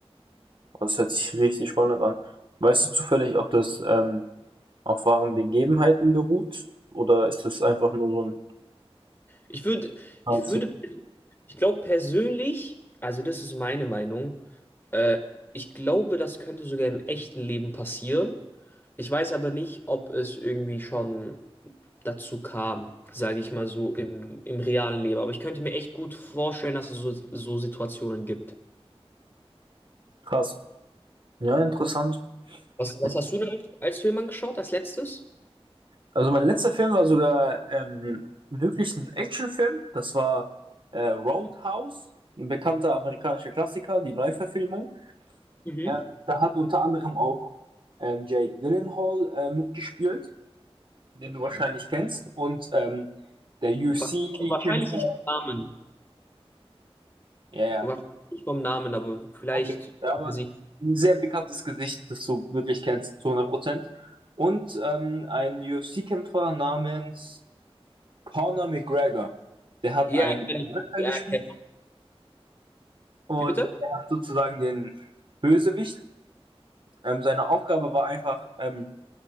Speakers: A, on the right; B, on the left.
A: Das hört sich richtig spannend an. Weißt du zufällig, ob das ähm, auf wahren Begebenheiten beruht? Oder ist das einfach nur so
B: Ich würde,
A: ein
B: ich würde, ich glaube persönlich, also das ist meine Meinung, äh, ich glaube, das könnte sogar im echten Leben passieren. Ich weiß aber nicht, ob es irgendwie schon dazu kam, sage ich mal so, im, im realen Leben. Aber ich könnte mir echt gut vorstellen, dass es so, so Situationen gibt.
A: Krass. Ja, interessant.
B: Was, was
A: Ja.
B: hast du denn als Film angeschaut, als letztes?
A: Also mein letzter Film war sogar ähm, wirklich ein Actionfilm. Das war äh, Roadhouse, ein bekannter amerikanischer Klassiker, die Neuverfilmung.
B: Mhm.
A: Äh, da hat unter anderem auch ähm, Jake Gyllenhaal äh, mitgespielt, den du wahrscheinlich kennst. Und ähm, der UFC-Kämpfer.
B: Wa- Wahrscheinlich nicht vom Namen.
A: Ja, ja,
B: Wahrscheinlich nicht vom Namen, aber vielleicht
A: okay. Ja,
B: vom
A: aber
B: Gesicht.
A: ein sehr bekanntes Gesicht, das du wirklich kennst, zu hundert Prozent. Und ähm, ein UFC-Kämpfer namens Conor McGregor, der hat
B: Ja,
A: einen
B: kenne ich.
A: Charakter
B: Ja,
A: gespielt
B: kenn ich.
A: und
B: Wie bitte?
A: der hat sozusagen den Bösewicht. Ähm, seine Aufgabe war einfach, ähm,